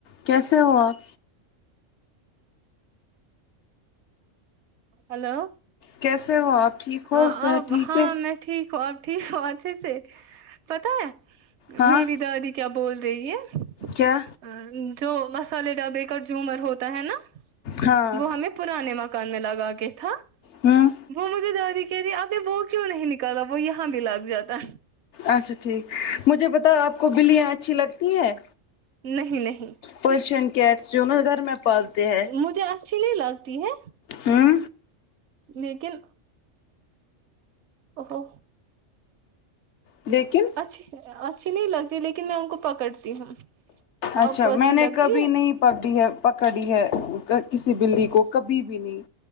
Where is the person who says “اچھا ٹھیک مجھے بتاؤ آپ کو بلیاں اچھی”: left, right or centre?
Left